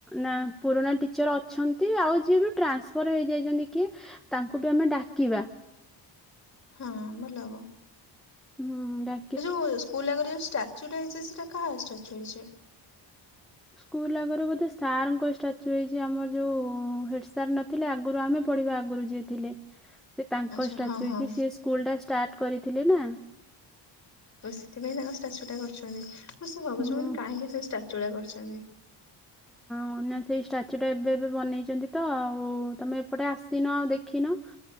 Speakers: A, in the centre; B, on the left (about 40°).
A: ନା। ପୁରୁଣା ଟିଚର୍ ଅଛନ୍ତି ଆଉ ଯିଏ ବି ଟ୍ରାନ୍ସଫର୍ ହେଇଯାଇଛନ୍ତି କିଏ ତାଙ୍କୁ ବି ଆମେ ଡାକିବା।
B: ହଁ ଭଲ ହେବ।
A: ହୁଁ ଡା
B: ଯୋଉ ସ୍କୁଲ ଆଗରେ ଯୋଉ ଷ୍ଟାଚୁଟା ହେଇଛି ସେଟା କାହା ଷ୍ଟାଚୁ ହେଇଛି?
A: ସ୍କୁଲ ଆଗରେ ବୋଧେ ସାରଙ୍କ ଷ୍ଟାଚୁ ହେଇଛି ଆମର ଯୋଉ ହେଡ ସାର ଲ ଥିଲେ ଆଗରୁ ଆମେ ପଢିବା ଆଗରୁ ଯିଏ ଥିଲେ। ସେ ତାଙ୍କ
B: ଆଚ୍ଛା
A: ଷ୍ଟାଚୁ
B: ହଁ ହଁ
A: ହେଇଛି ସିଏ ସ୍କୁଲ ଟା ଷ୍ଟାର୍ଟ କରିଥିଲେ ନା।
B: ସେଥିପାଇଁ ତାଙ୍କ ଷ୍ଟାଚୁ ଟା କରିଛନ୍ତି ମୁଁ ସେ ଭାବୁଛୁ
A: ହୁଁ
B: ମାନେ କାହିଁକି ସେ ଷ୍ଟାଚୁ ଟା କରିଛନ୍ତି।
A: <unintelligible> ସେଇ ଷ୍ଟାଚ୍ୟୁ ଟା ଏବେ ଏବେ ବନେଇଛନ୍ତି ତ ଆଉ ତମେ ଏପଟେ ଆସିନ ଆଉ ଦେଖିନ।